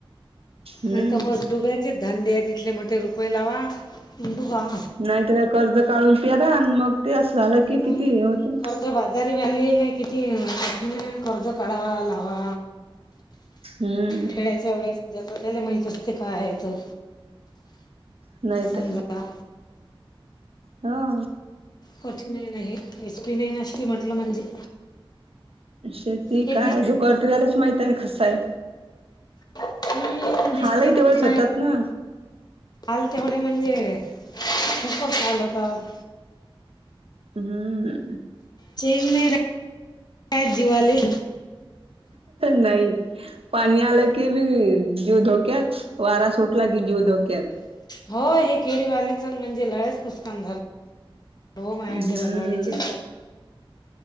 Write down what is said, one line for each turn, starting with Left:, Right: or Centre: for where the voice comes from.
Right: हम्म
Left: नाही तर बस डुब्याचेच धंद्य आहे तिथले म्हणते रुपये लावा डुबा.
Right: नाहीत कर्ज काढून प्यारा आणि मग ते असं झालं की
Left: मग
Right: किती हे होते.
Left: कर्ज बाजारी बाधले किती कर्ज काढावा लावा.
Right: हम्म
Left: खेळायच्या वेळेस. जेत त्याला माहितच ते काय आहे तर.
Right: नाही
Left: समजा
Right: तर काही. हो.
Left: कच नाही नाही एचपी नाही नासी म्हटलं म्हणजे..
Right: शे ती
Left: हे
Right: कायजू करते झालाच माहित आहे कसायल.
Left: हम् दिसते
Right: हालही
Left: पण
Right: तेवढेच
Left: ते.
Right: होतात ना
Left: आल तेवढे म्हणजे ख आल होत.
Right: हम्म.
Left: चेनने राज जीवाले.
Right: नाही पाणी आला. की बी जीव धोक्यात वारा सुटला की जीव धोक्यात
Left: हो हे केळीवालेच म्हणजे लळ्याच नुकसान झालं. हो माया
Right: हम्म.
Left: निरा लढायचीच